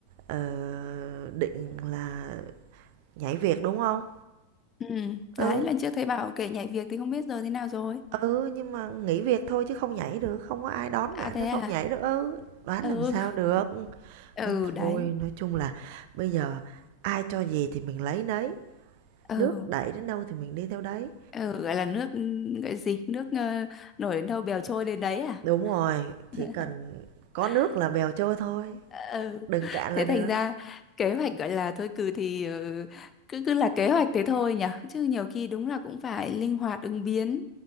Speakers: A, on the right (about 45°); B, on the left (about 25°).
A: ờ, định là nhảy việc, đúng không
B: ừ
A: Ừ,
B: đấy lần trước thấy bảo kể nhảy việc thì không biết giờ thế nào rồi
A: Ừ, nhưng mà nghỉ việc thôi chứ không nhảy được, không có ai đón
B: à
A: cả,
B: thế
A: nó
B: à
A: không nhảy được. Ừ, đoán
B: ừ
A: làm sao được.
B: ừ
A: Nên thôi,
B: đấy
A: nói chung là bây giờ ai cho gì thì mình lấy nấy,
B: ừ
A: nước đẩy đến đâu thì mình đi theo đấy.
B: ừ gọi là nước ừ, gọi gì nước ờ, nổi đến đâu bèo trôi đến đấy à
A: Đúng rồi,
B: <laughs>
A: chỉ cần có nước là bèo trôi thôi,
B: ừ
A: đừng cạn
B: thế
A: là được.
B: thành ra kế hoạch gọi là thôi cừ thì ừ, cứ cứ là kế hoạch thế thôi nhỉ chứ nhiều khi đúng là cũng phải linh hoạt ứng biến